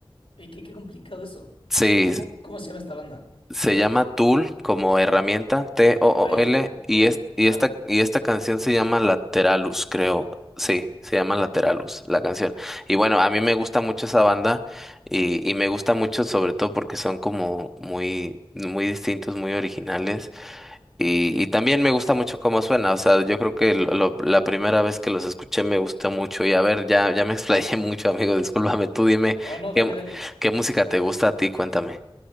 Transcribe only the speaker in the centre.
Sí,
se llama Tool como herramienta, T-O-O-L,
y,
es, y,
esta, y esta canción se llama Lateralus, creo. Sí, se llama Lateralus, la canción. Y bueno, a mí me gusta mucho esa banda y, y me gusta mucho sobre todo porque son como muy, muy distintos, muy originales. Y, y también me gusta mucho cómo suena. O sea, yo creo que lo- lo- la primera vez que los escuché me gustó mucho. Y a ver, ya, ya me explayé <laughs> mucho, amigo. Discúlpame, tú dime
qué, mu-
qué música te gusta a ti, cuéntame.